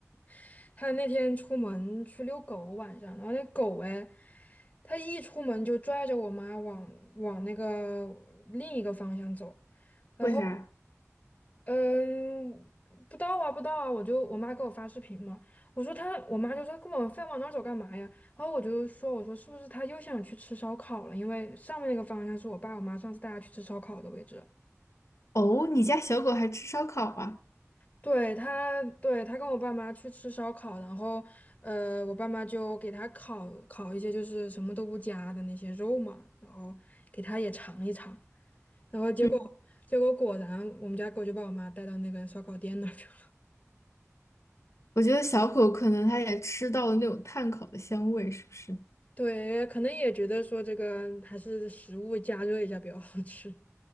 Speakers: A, on the left; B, on the left.
A: <laughs> 她那天出门去遛狗，晚上，然后那狗哎，它一出门就拽着我妈往往那个另一个方向走，然后
B: 为啥？
A: 嗯，不到啊，不到啊，我就我妈给我发视频嘛，我说她，我妈就说跟我非往那儿走干嘛呀？然后我就说，我说是不是她又想去吃烧烤了？因为上面那个方向是我爸我妈上次带她去吃烧烤的位置。
B: 哦，你家小狗还吃烧烤啊？
A: 对他，对他跟我爸妈去吃烧烤，然后呃，我爸妈就给他烤烤一些就是什么都不加的那些肉嘛，然后给他也尝一尝，然后结果
B: 嗯，
A: 结果果然我们家狗就把我妈带到那个烧烤店那儿去了。
B: 我觉得小狗可能它也吃到了那种炭烤的香味，是不是？
A: <laughs> 对，可能也觉得说这个还是食物加热一下比较好吃。